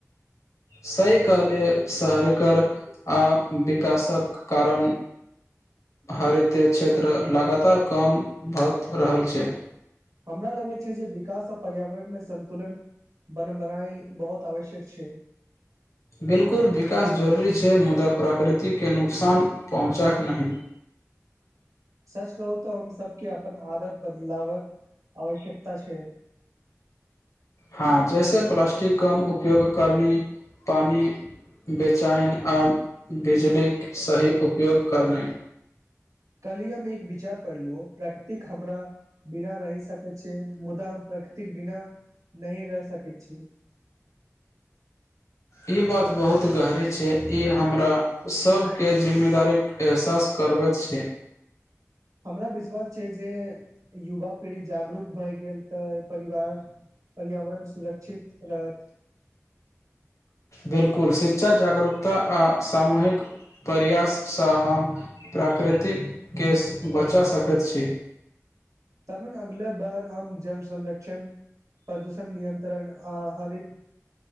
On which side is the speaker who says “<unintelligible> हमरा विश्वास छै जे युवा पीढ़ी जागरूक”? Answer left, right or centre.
Right